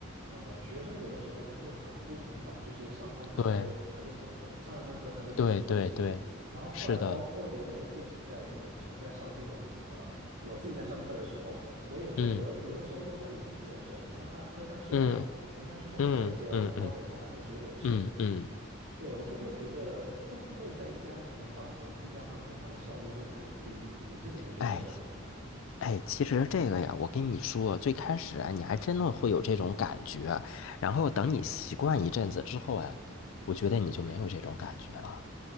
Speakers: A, on the right; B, on the left.
A: 呃，学生有的时候他就很不听话，就是上上课他就他就走神，
B: 对
A: 上上课他就去吃东西，
B: 对对对，
A: 然后后来包括连我自己在远程在上这种呃，
B: 是的，
A: 我自己在上课的时候。我也会有的，
B: 嗯
A: 有的时候就很容易走神。等下喝下水啊，
B: 嗯
A: 等一下去下洗手间，
B: 嗯嗯嗯
A: 然后等一下拿个水果吃。
B: 嗯嗯，
A: 对，我就会觉得会不会在家里面办公，居家办公，它的效率会很低？你是怎么觉得的？
B: 哎哎，其实这个呀，我跟你说，最开始啊，你还真的会有这种感觉啊，然后等你习惯一阵子之后啊，我觉得你就没有这种感觉了。